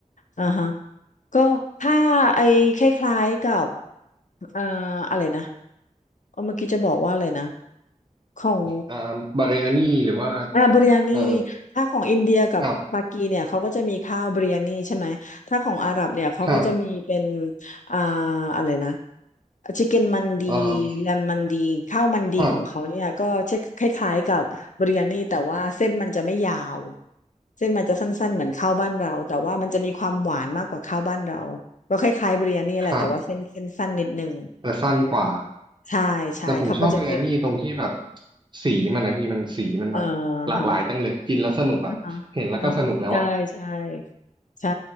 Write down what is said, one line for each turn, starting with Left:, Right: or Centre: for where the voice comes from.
Left: อ่าฮะ ก็ถ้าไอ้คล้ายๆกับอ่าอะไรนะเออเมื่อกี้จะบอกว่าอะไรนะของ
Right: อ่าบาเรอานี่หรือว่า
Left: อ่าบิริยานี
Right: เอ่อ
Left: ถ้าของอินเดียกับปากีเนี่ยเขาก็จะมีข้าวบิริยานีใช่ไหมถ้าของอาหรับเนี่ยเขาก็จะมีเป็น
Right: ครับ ครับ
Left: อ่าอะไรนะชิคเก้นมันดี
Right: เอ่อ
Left: แลมมันดีข้าวมันดีของเขาเนี่ยก็เช่นคล้ายๆกับบิริยานีแต่ว่าเส้นมันจะไม่ยาว
Right: ครับ
Left: เส้นมันจะสั้นๆเหมือนข้าวบ้านเราแต่ว่ามันจะมีความหวานมากกว่าข้าวบ้านเราก็คล้ายๆบิริยานีแหละแต่ว่าเส้นเส้นสั้นนิดนึง
Right: ครับ แต่สั้นกว่า
Left: เออใช่ใช่เขาก็จะเรียก
Right: แต่ผมชอบมันงานนี่ตรงที่แบบสีมันนะพี่มันสีมันแบบหลากหลายจังเลยกินแล้วสนุกอ่ะ
Left: เอ่อฮะอ่าฮะอ่าฮะใช่ใช่
Right: เห็นแล้วก็สนุกแล้วอ่ะ
Left: ใช่